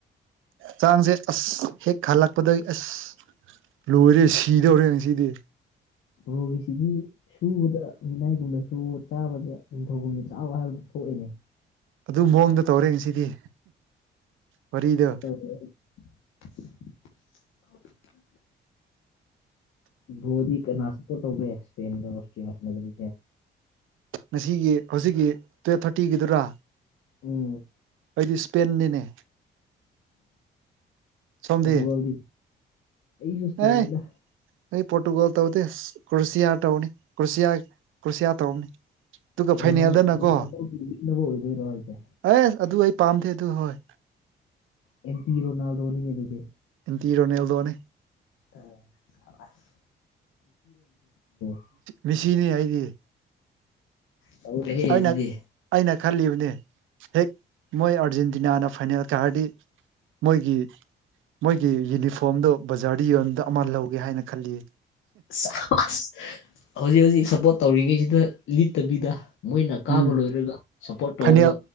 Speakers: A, on the right; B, on the left.
A: ꯆꯥꯡꯁꯦ ꯑꯁ ꯍꯦꯛ ꯍꯜꯂꯛꯄꯗꯒꯤ ꯑꯁ ꯂꯣꯏꯔꯦ ꯁꯤꯗꯧꯔꯦ ꯉꯁꯤꯗꯤ꯫
B: ꯕ꯭ꯔꯣꯒꯤ ꯁꯤꯗꯤ ꯁꯨꯕꯗ ꯃꯤꯅꯥꯏꯒꯨꯝꯕꯗ ꯁꯨꯑꯣ ꯆꯥꯕꯗ ꯅꯤꯡꯊꯧꯒꯨꯝꯅ ꯆꯥꯎꯋ ꯍꯥꯏꯕꯗꯨ ꯊꯣꯛꯑꯦꯅꯦ꯫
A: ꯑꯗꯨ ꯃꯑꯣꯡꯗ ꯇꯧꯔꯦ ꯉꯁꯤꯗꯤ꯫ ꯋꯥꯔꯤꯗꯣ
B: ꯑꯗꯨꯅꯦ ꯕ꯭ꯔꯣꯗꯤ ꯀꯅꯥ ꯁꯄꯣꯔ ꯇꯧꯒꯦ ꯏꯁꯄꯦꯟꯒ <unintelligible>
A: ꯉꯁꯤꯒꯤ ꯍꯧꯖꯤꯛꯀꯤ ꯇꯨꯌꯦꯞ ꯊꯥꯔꯇꯤꯒꯤꯗꯨꯔꯥ꯫
B: ꯎꯝ꯫
A: ꯑꯩꯗꯤ ꯏꯁꯄꯦꯟꯅꯤꯅꯦ꯫ ꯁꯣꯝꯗꯤ
B: ꯄꯣꯇ꯭ꯔꯨꯒꯜꯗꯤ ꯑꯩꯁꯨ ꯏꯁꯄꯦꯅꯤꯗ꯫
A: ꯑꯦ ꯑꯩ ꯄꯣꯇ꯭ꯔꯨꯒꯣꯜ ꯇꯧꯗꯤ ꯀ꯭ꯔꯣꯁꯤꯌ ꯇꯧꯅꯤ ꯀ꯭ꯔꯣꯁꯤꯌ ꯀ꯭ꯔꯣꯁꯤꯌꯥ ꯇꯧꯝꯅꯤ ꯑꯗꯨꯒ
B: ꯔꯣꯅꯥꯜ
A: ꯐꯥꯏꯅꯦꯜꯗꯅꯀꯣ꯫
B: ꯔꯣꯅꯥꯜꯗꯣꯒꯤ ꯌꯦꯛꯅꯕ ꯑꯣꯏꯗꯣꯏꯔꯣ ꯍꯥꯏꯁꯦ
A: ꯑꯁ ꯑꯗꯨ ꯑꯩ ꯄꯥꯝꯗꯦ ꯑꯗꯨ ꯍꯣꯏ꯫
B: ꯑꯦꯝꯄꯤ ꯔꯣꯅꯥꯜꯗꯣꯅꯤꯅꯦ ꯑꯗꯨꯗꯤ꯫
A: ꯏꯟꯇꯤ ꯔꯣꯅꯦꯜꯗꯣꯅꯤ꯫
B: ꯑ ꯁꯕꯁ <unintelligible>
A: ꯃꯦꯁꯤꯅꯤ ꯑꯩꯏꯗꯤ꯫
B: ꯇꯧꯔꯦꯍꯦ
A: ꯑꯩꯅ
B: ꯑꯗꯨꯗꯤ꯫
A: ꯑꯩꯅ ꯈꯜꯂꯤꯕꯅꯦ ꯍꯦꯛ ꯃꯣꯏ ꯑꯥꯔꯖꯦꯟꯇꯤꯅꯥꯅ ꯐꯥꯏꯅꯦꯜ ꯀꯥꯔꯗꯤ꯫ ꯃꯣꯏꯒꯤ꯫ ꯃꯣꯏꯒꯤ ꯌꯨꯅꯤꯐꯣꯝꯗꯣ ꯕꯖꯥꯔꯗ ꯌꯣꯟꯕꯗꯣ ꯑꯃ ꯂꯧꯒꯦ ꯍꯥꯏꯅ ꯈꯜꯂꯤꯌꯦ꯫
B: ꯑꯁ <unintelligible> ꯍꯧꯖꯤꯛ ꯍꯧꯖꯤꯛ ꯁꯞꯄꯣꯔꯠ ꯇꯧꯔꯤꯉꯩꯁꯤꯗ ꯂꯤꯠꯇꯕꯤꯗ꯫ ꯃꯣꯏꯅ ꯀꯥꯕ
A: ꯎꯝ
B: ꯂꯣꯏꯔꯒ ꯁꯞꯄꯣꯔꯠ ꯇꯧꯕ꯫
A: ꯐꯥꯏꯅꯦꯜ